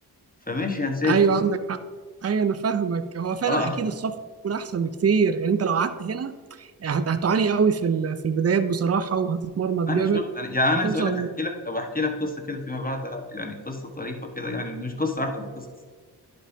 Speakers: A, on the left; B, on the right.
A: فماشي هنسافر
B: ايوه عندك حق ايوه انا فاهمك هو فعلا
A: اه
B: اكيد السفر يكون احسن بكتير يعني انت لو قعدت هنا يعني هت- هتعاني قوي في ال- في البدايات بصراحه وهتتمرمط
A: انا
B: جامد
A: شفت يعني, يعني انا
B: وخصوصا
A: عايز اقول لك احكي لك أو احكي لك قصه كده فيما بعد يعني قصه طريفه كده يعني مش قصه واحده ده قصص